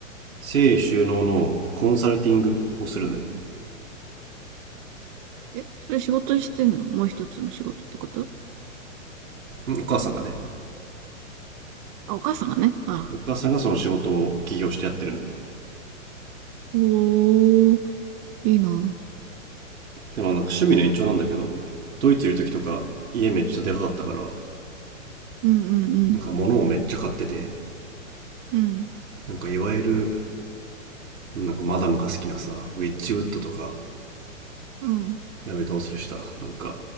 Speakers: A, on the right; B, on the right.
A: 整理収納のコンサルティングをするのよ
B: え、それ仕事してんのもう一つの仕事ってこと
A: うんお母さんがね
B: あ、お母さんがね。あ、
A: お母さんがその仕事を起業してやってるのよ
B: おー、いいな。
A: でもなんか趣味の延長なんだけどドイツいる時とか家めっちゃでかかったから
B: うんうんうん。
A: なんか物をめっちゃ買ってて
B: うん。
A: なんかいわゆるなんかマダムが好きなさウェッジウッドとか
B: うん。
A: やべどうするしたなんか